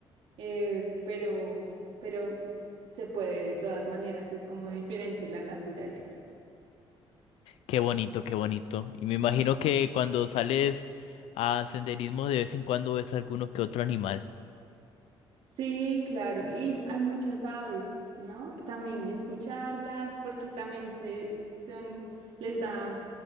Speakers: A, on the right (about 80°); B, on the left (about 80°).
A: eh, pero, pero se puede de todas maneras, es como diferente la naturaleza.
B: Qué bonito, qué bonito. Y me imagino que cuando sales a senderismo de vez en cuando ves alguno que otro animal.
A: Sí, claro, y hay muchas aves, ¿no? También escucharlas, porque también se son, les da